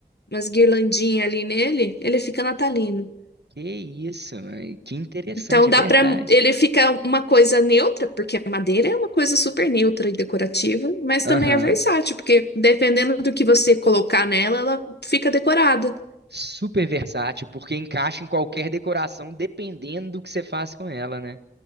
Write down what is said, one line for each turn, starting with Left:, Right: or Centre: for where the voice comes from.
Left: umas guirlandinhas ali nele, ele fica natalino.
Right: que isso, mãe, que interessante,
Left: Então
Right: é
Left: dá
Right: verdade.
Left: pra. ele fica uma coisa neutra, porque a madeira é uma coisa super neutra e decorativa, mas
Right: Aham.
Left: também é versátil, porque dependendo do que você colocar nela, ela fica decorada.
Right: Super versátil, porque encaixa em qualquer decoração, dependendo do que você faz com ela, né?